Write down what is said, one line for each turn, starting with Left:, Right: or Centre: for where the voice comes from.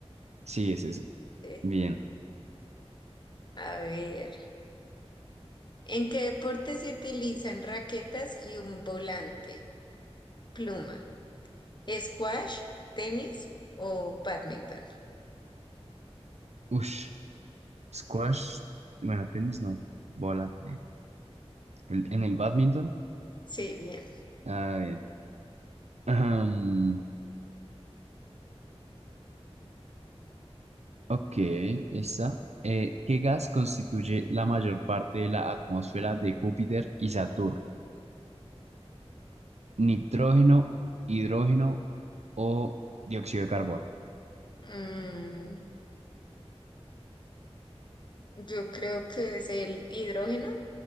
Right: sí, es ese.
Left: Sí.
Right: Bien.
Left: A ver. ¿En qué deporte se utilizan raquetas y un volante? Pluma. ¿Squash, tenis o badminton?
Right: Ush, squash, bueno, tenis no, bola. eh, el- en el badminton.
Left: Sí, bien.
Right: A ver, ahm, ok, esa. Eh, ¿qué gas constituye la mayor parte de la atmósfera de Júpiter y Saturno? ¿Nitrógeno, hidrógeno o dióxido de carbono.
Left: Mm, yo creo que es el hidrógeno.